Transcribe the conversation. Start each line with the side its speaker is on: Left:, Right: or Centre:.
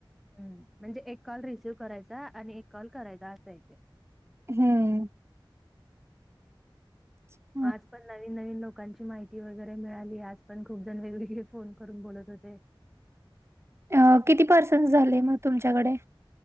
Centre: हम म्हणजे एक कॉल रिसिव्ह करायचा आणि एक कॉल करायचा असा इथे
Right: हम्म <unintelligible>
Centre: आज पण नवीन, नवीन लोकांची माहिती वगैरे मिळाली आज पण खूपजण वेगवेगळे फोन करून बोलत होते
Right: अ किती पर्सेंट झाले मग तुमच्याकडे